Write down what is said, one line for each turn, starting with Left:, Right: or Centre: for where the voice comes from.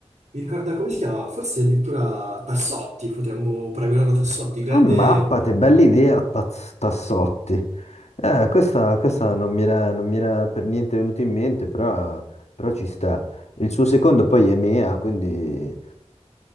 Right: Mi ricordo come si chiama? Forse addirittura Tassotti, potremmo paragonarlo a Tassotti, grande...
Left: Ah, mappate, bella idea, Taz- Tassotti. Eh, questa, questa non mi era, non mi era per niente venuta in mente, però, però ci sta. Il suo secondo poi è Mea, quindi eh,